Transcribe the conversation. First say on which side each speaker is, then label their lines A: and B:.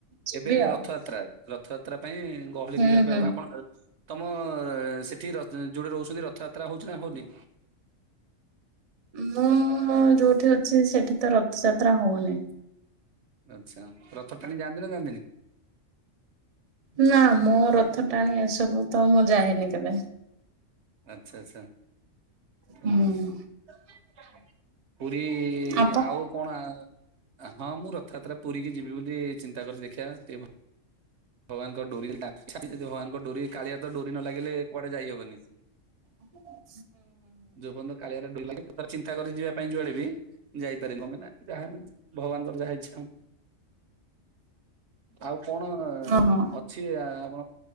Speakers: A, on the right; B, on the right.
A: ଯିବି
B: ଏବେ
A: ଆଉ
B: ରଥଯାତ୍ରା ରଥଯାତ୍ରା ପାଇଁ ଗହଳି
A: ହୁଁ
B: ଟିକେ ହେବେ
A: ହୁଁ।
B: ଆପଣ ତମ ସେଠି ର ଯୋଉଟି ରହୁଛନ୍ତି ରଥଯାତ୍ରା ହଉଛି ନା ହଉନି।
A: ମୁଁ ଯୋଉଠି ଅଛି ସେଠି ତ ରଥଯାତ୍ରା ହଉନି।
B: ଆଚ୍ଛା ରଥଟାଣି ଯାଆନ୍ତି ନା ଯାଆନ୍ତିନି।
A: ନା ମୋ ରଥଟାଣି ଆସେନି ତ ମୁଁ ଯାଏନି କେବେ?
B: ଆଛା ଆଛା ହ <unintelligible>
A: ହୁଁ
B: ପୁରୀ
A: ଆପଣ
B: ଆଉ କଣ ଆ ହଁ ମୁଁ ରଥଯାତ୍ରା ପୁରୀକି ଯିବି ବୋଲି ଚିନ୍ତା କରିଛି ଦେଖିବା ଟିକେ ଭଲ ଭଗାନଙ୍କ ଡୋରି <unintelligible> ଯଦି ଭଗାନଙ୍କ ଡରି କାଳିଆ ତ ଡୋରି ନ ଲାଗିଲେ କୁଆଡେ ଯାଇହବନି।
A: ହଁ
B: ଯୋଉ ପର୍ଯ୍ଯନ୍ତ କାଳିଆର <unintelligible> ଡୋରି ଲାଗିବ ଚିନ୍ତା କରିବି ଯିବା ପାଇଁ ଯୁଆଡେ ବି ଯାଇପାରିବ ମାନେ ଯାହା ଭଗବାନଙ୍କର ଯାହା ଇଚ୍ଛା। ଆଉ କଣ ଅ
A: ହଁ ହଁ।
B: ଅଛି ଆପଣ